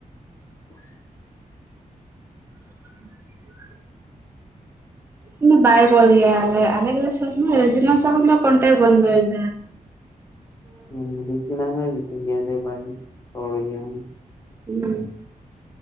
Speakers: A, on the left; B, on the right.
A: <unintelligible>
B: ᱦ <unintelligible> <unintelligible> ᱵᱟᱭ ᱠᱚᱞ ᱜᱮᱭᱟ ᱟᱞᱮ ᱟᱞ <unintelligible> ᱥᱟᱶ ᱦᱚ ᱠᱚᱱᱴᱮᱜ ᱵᱚᱱᱫᱚᱭᱮᱱ ᱛᱟᱭᱟ ᱾ <inaudible>
A: ᱦᱮᱸ <unintelligible> ᱢᱤᱛᱟᱹᱧ ᱜᱮᱭᱟ ᱡᱮ ᱵᱟᱭ ᱨᱚᱲ ᱜᱮᱭᱟ ᱾
B: ᱦᱩᱸ